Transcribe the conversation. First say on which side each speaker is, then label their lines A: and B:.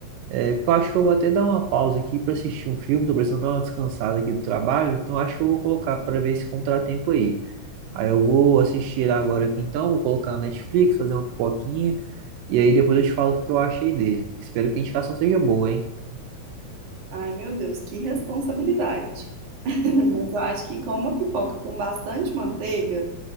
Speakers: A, on the right (about 80°); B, on the right (about 55°).
A: é, porque eu acho que eu vou até dar uma pausa aqui para assistir um filme. Tô precisando dar uma descansada aqui do trabalho, então acho que eu vou colocar para ver esse contratempo aí. Aí eu vou assistir ele agora aqui então, vou colocar na Netflix, fazer uma pipoquinha, e aí depois eu te falo o que que eu achei dele. Espero que a indicação seja boa, hein?
B: Ai, meu Deus, que responsabilidade. <laughs> Mas eu acho que com uma pipoca com bastante manteiga,